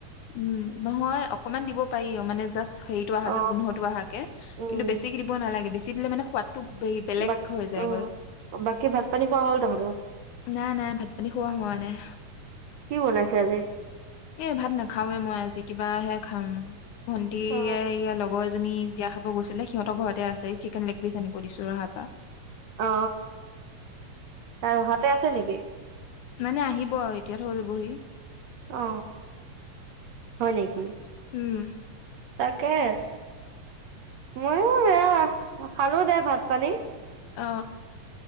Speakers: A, on the left; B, on the right.
A: উম নহয় অকমান দিব পাৰি মানে জাষ্ট হেৰিত অহাকে
B: অ
A: গোন্ধতটো অহাকে
B: উম
A: কিন্তু বেছি কি দিব নালাগে বেছি দিলে মানে সোৱাদ টো বে বেলেগ
B: বাক
A: হৈ যায়
B: অ
A: গৈ।
B: বাকী ভাত পানী খোৱা হ'ল তহঁতৰ
A: নাই নাই ভাতপানী খোৱা হোৱা নাই।
B: কি বনাইছে আজি?
A: এ ভাত নাখাওৱে মই আজি কিবাহে খাম ভন্টিয়ে
B: অ
A: ইয়াৰ লগৰ এজনী বিয়া খাব গৈছিলে সিহঁতৰ ঘৰতে আছে চিকেন লেগ পিচ আনিব দিছো ৰহা পা।
B: অ তাই ৰহাতে আছে নেকি?
A: মানে আহিব আও এতিয়া থৈ যাবহি
B: অ হয় নেকি?
A: উম।
B: তাকে, মইয়ো সেয়া খালো দে ভাত- পানী।
A: অ।